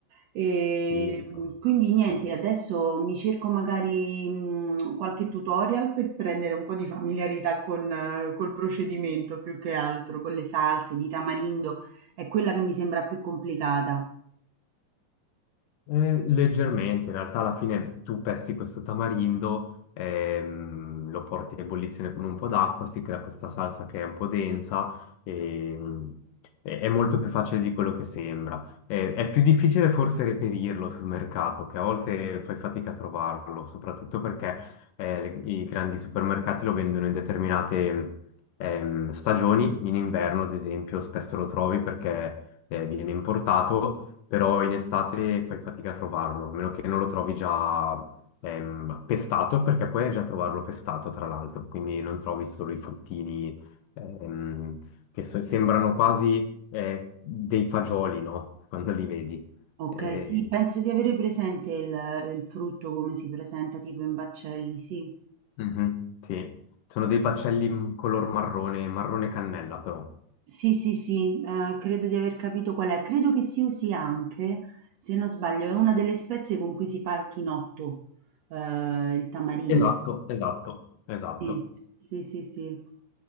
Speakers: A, on the right; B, on the left.
A: E
B: Sì, sì. sì, sì,
A: mh, quindi niente,
B: certo.
A: adesso mi cerco magari mh, qualche tutorial per prendere un po' di familiarità con, eh, col procedimento più che altro, con le salse di tamarindo, è quella che mi sembra più complicata.
B: Eh, leggermente, in realtà alla fine tu pesti questo tamarindo, ehm, lo porti a ebollizione con un po' d'acqua, si crea questa salsa che è un po' densa ehm, e mm, è è molto più facile di quello che sembra. Eh, è più difficile forse reperirlo sul mercato, che a volte fai fatica a trovarlo, soprattutto perché eh, le- i grandi supermercati lo vendono in determinate ehm, stagioni, in inverno ad esempio spesso lo trovi perché eh, viene importato però in estate fai fatica a trovarlo, a meno che non lo trovi già ehm, pestato, perché puoi già trovarlo pestato, tra l'altro, quindi non trovi solo i fruttini ehm, che so- sembrano quasi eh, dei fagioli, no? <laughs> Quando li vedi.
A: Ok,
B: Eh,
A: sì, penso di avere presente il, il frutto come si presenta tipo in baccelli, sì.
B: mhm, sì, sono dei baccelli in color marrone, marrone cannella però.
A: Sì, sì, sì, eh, credo di aver capito qual è. Credo che si usi anche, se non sbaglio, è una delle spezie con cui si fa il chinotto, eh, il tamarindo.
B: Esatto, esatto, esatto.
A: Sì, sì, sì, sì.